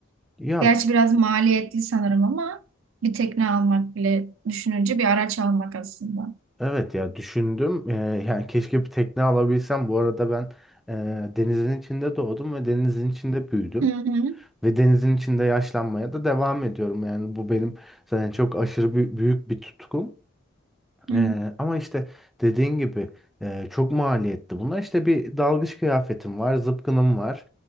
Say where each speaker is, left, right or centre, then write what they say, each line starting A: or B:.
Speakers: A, in the centre; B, on the right (about 70°).
A: Ya
B: Gerçi biraz maliyetli sanırım ama bir tekne almak bile düşününce bir araç almak aslında.
A: evet ya düşündüm. Ee, yani keşke bir tekne alabilsem. Bu arada ben e, denizin içinde doğdum ve denizin içinde büyüdüm.
B: Hı hı.
A: Ve denizin içinde yaşlanmaya da devam ediyorum. Yani bu benim zaten çok aşırı bü- büyük bir tutkum.
B: hı.
A: Ee, ama işte dediğin gibi e, çok maliyetli bunlar. İşte bir dalgıç kıyafetim var, zıpkınım var,